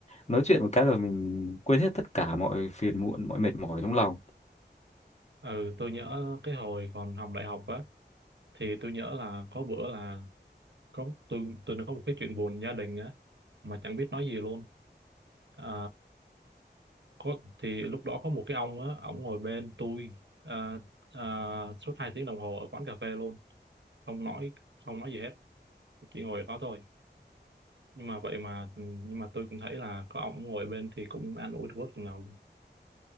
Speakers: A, on the left; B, on the right.
A: nói chuyện một cái là mình quên hết tất cả mọi phiền muộn mọi mệt mỏi trong lòng
B: ừ tôi nhớ cái hồi còn học đại học á thì tôi nhớ là có bữa là có tôi tôi nó có một cái chuyện buồn gia đình á mà chẳng biết nói gì luôn à, có thì lúc đó có một cái ông á ông ngồi bên tôi à, à, suốt hai tiếng đồng hồ ở quán cà phê luôn không nói không nói gì hết chỉ ngồi ở đó thôi nhưng mà vậy mà nhưng mà tôi cũng thấy là có ông ngồi bên thì cũng an ủi được bớt phần nào luôn.